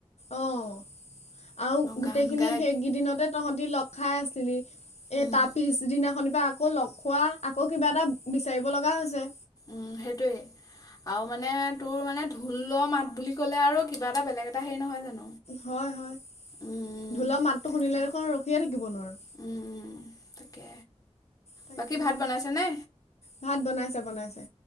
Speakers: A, on the left; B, on the left.
A: অঅ। আৰু গোটেই
B: গান
A: খিনি
B: গাই
A: সেইকেইদিনতে তহঁতি লগ খাই আছি নি।
B: উম,
A: এ তাৰ পিছদিনাখনিৰ পৰা আকৌ লগ খোৱা আকৌ কিবা এটা বিচাৰিব লগা হৈছে।
B: উম সেইটোয়ে, আৰু মানে তোৰ মানে ঢোলৰ মাত বুলি ক'লে আৰু কিবা এটা বেলেগ এটা হেৰি নহয় জানো?
A: হয় হয়
B: উম,
A: ঢোলৰ মাতটো
B: তাকে
A: শুনিলে দেখোন ৰখিয়ে থাকিব নোৱাৰোঁ
B: উম, তাকে
A: তাকেহে
B: বাকী ভাত বনাইছেনে?
A: ভাত বনাইছে বনাইছে